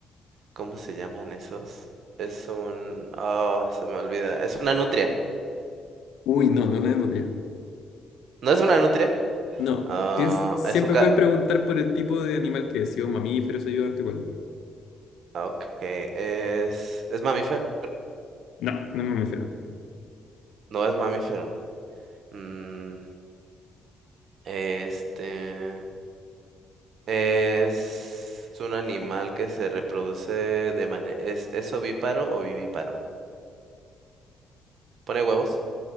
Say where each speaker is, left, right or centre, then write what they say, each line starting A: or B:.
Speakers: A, on the right; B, on the left.
A: ¿Cómo se llaman esos? Es un... Oh, se me olvida. Es una nutria.
B: Uy, no, no es la nutria.
A: ¿No es una nutria?
B: No.
A: Ah,
B: Tienes- siempre
A: es un... Ca...
B: puedes preguntar por el tipo de animal que es. Si es un mamífero, se ayuda a darte cuál.
A: ah, Ok, es... ¿Es mamífero?
B: No, no es mamífero.
A: No es mamífero. Mm, este... Es... un animal que se reproduce de manera... ¿Es, es ovíparo o vivíparo? ¿Pone huevos?